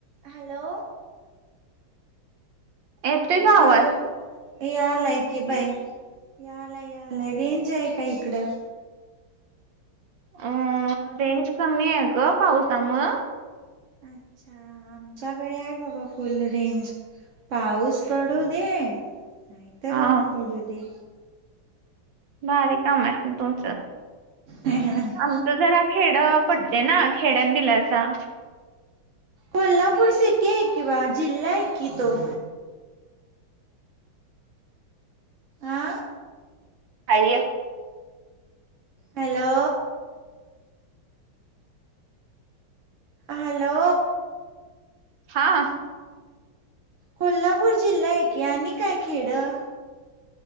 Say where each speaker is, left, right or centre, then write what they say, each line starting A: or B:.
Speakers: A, on the right (about 45°); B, on the right (about 65°).
A: Hello
B: येतोय का
A: जेव
B: आवाज?
A: यालाय की बाई यालाय यालाय रेंज आहे का इकडं.
B: अ रेंज कमी आहे ग पावसा मूळ.
A: अच्छा आमच्याकडे आहे बाबा फुल रेंज पाऊस पडू दे नाहीतर
B: हा
A: ऊन पडू दे.
B: भारी काम आहे तुमचं.
A: ह हा.
B: आमचं जरा खेड पडतय ना खेड्यात दिलासा.
A: कोल्हापूर सिटी आहे की बाळ जिल्हा आहे की तो. आ?
B: हाय.
A: हॅलो. हॅलो.
B: हा.
A: कोल्हापूर जिल्हा आहेे की आणि काय खेडं.